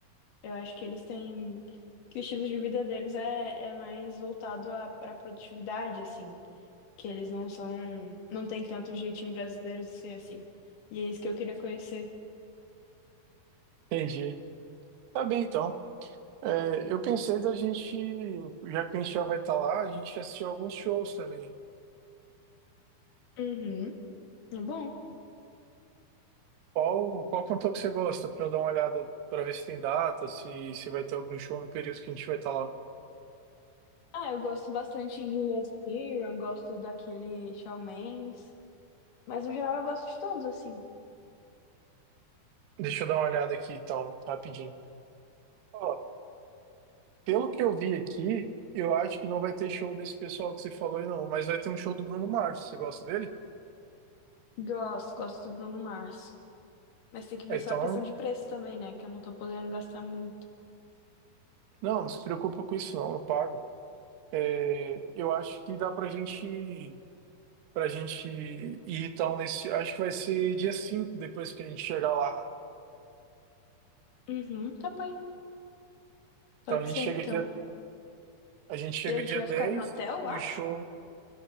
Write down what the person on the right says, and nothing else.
Entendi. Tá bem, então. É, eu pensei da gente, já que a gente já vai estar lá, a gente assistir alguns shows também.
Qual, qual cantor que você gosta? Para eu dar uma olhada, para ver se tem data, se, se vai ter algum show no período que a gente vai estar lá.
Deixa eu dar uma olhada aqui, então, rapidinho. Ó, Pelo que eu vi aqui, eu acho que não vai ter show desse pessoal que você falou aí, não. Mas vai ter um show do Bruno Mars. Você gosta dele?
Então,
não, não se preocupa com isso, não. Eu pago. É, eu acho que dá pra gente, pra gente ir então nesse. Acho que vai ser dia 5 depois que a gente chegar lá.
Então
a gente
chega
dia, a gente chega
dia
10
e
o show.